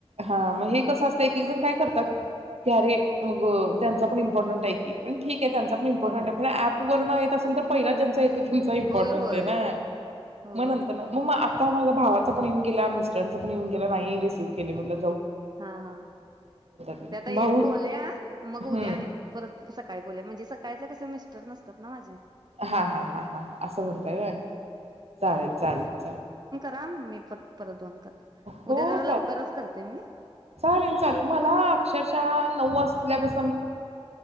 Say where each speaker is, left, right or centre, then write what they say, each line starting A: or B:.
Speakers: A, on the right; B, on the right.
A: हा मग हे कसं असतं एक एक जण काय करतात <unintelligible> मग अ त्यांचा पण इम्पॉर्टनट आहे की पण ठीक त्यांचा पण इमपॉरटंट
B: होय होय
A: आहे पण अॅप वरण <unintelligible> पहिला <unintelligible> त्यांच इम्पॉरटंट
B: होय
A: एना
B: होय होय
A: मग नंतरण मग <inaudible> आता माझा भावाचा पण येऊन गेल्या मिस्टरांचा पण येऊन गेला नाही रिसिव्ह केले म्हटल
B: हा हा
A: येईल
B: त्या आता
A: भाऊ
B: एक बोलल्या मग
A: हम्म
B: उद्या आणि परत सकाळी बोल्या म्हणजे सकाळचं कसं मिस <inaudible> नसतात ना माझे
A: हा हा हा हा असं म्हणताय व्हाय चालेल चालेल चाल
B: रा मी पर परतन दोन करत
A: हो
B: उद्या जरा लवकरच
A: चालेल
B: करते मी
A: चालेल चालेल मला अक्षरशः नऊ असल्यापासून